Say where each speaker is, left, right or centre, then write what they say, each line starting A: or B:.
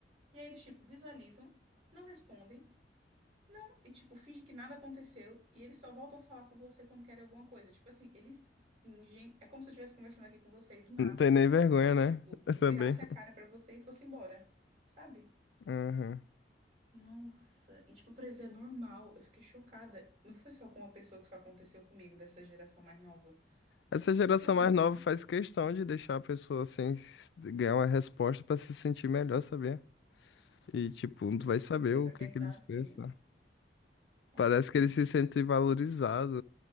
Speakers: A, on the right; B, on the left.
A: e aí eles tipo visualizam, não respondem. Não, e tipo, finge que nada aconteceu e eles só voltam a falar com você quando querem alguma coisa. Tipo assim, eles fingem, é como se eu estivesse conversando aqui com você e do nada,
B: Não tem nem vergonha, né?
A: tipo,
B: <laughs> Também.
A: virasse a cara pra você e fosse embora, sabe?
B: Aham.
A: Nossa, e tipo, pra eles é normal, eu fiquei chocada. Não foi só com uma pessoa que só aconteceu comigo, dessa geração mais nova.
B: Essa geração
A: Foi com
B: mais
A: você
B: nova faz questão de deixar a pessoa assim s- ganhar uma resposta pra se sentir melhor, saber. E tipo, não vai saber o
A: pra
B: que
A: pensar
B: que eles
A: assim.
B: pensam.
A: Nossa.
B: Parece que eles se sentem valorizados